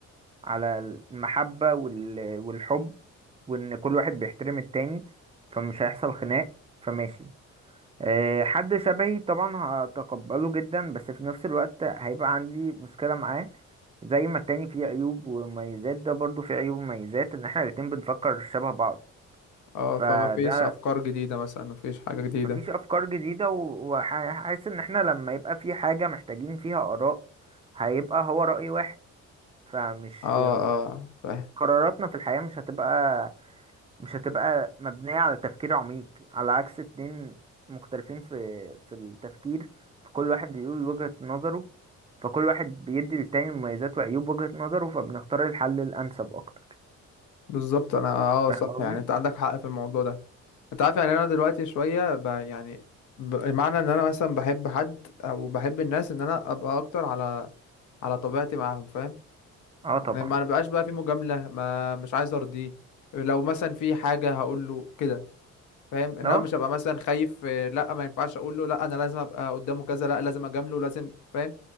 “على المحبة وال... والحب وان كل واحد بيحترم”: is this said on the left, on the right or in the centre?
Right